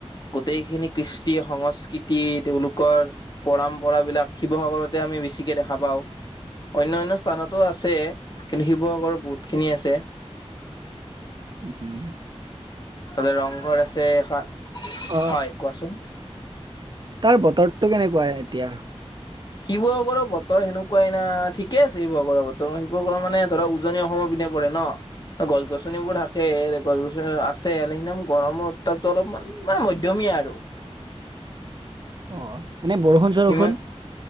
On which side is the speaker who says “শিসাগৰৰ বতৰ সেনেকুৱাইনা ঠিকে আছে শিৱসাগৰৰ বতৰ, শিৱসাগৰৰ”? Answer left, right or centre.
Left